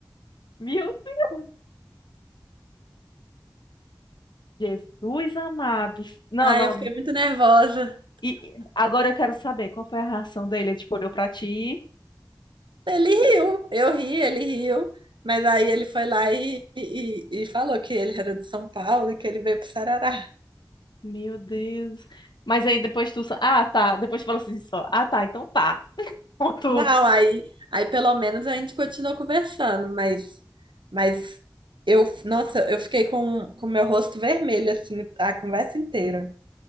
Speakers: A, on the left; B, on the right.
A: meu Deus. Jesus amado. Não,
B: Ai,
A: não.
B: eu fiquei muito nervosa.
A: E e agora eu quero saber qual foi a reação dele. Ele, tipo, olhou pra ti.
B: Ele riu, eu ri, ele riu. Mas aí ele foi lá e, e, e falou que ele era de São Paulo e que ele veio pro Sarará.
A: Meu Deus. Mas aí depois tu. só- Ah, tá. Depois tu falou assim só. Ah, tá. Então tá. Ponto.
B: Não, aí, aí pelo menos a gente continuou conversando, mas, mas eu, nossa, eu fiquei com com meu rosto vermelho, assim, a conversa inteira.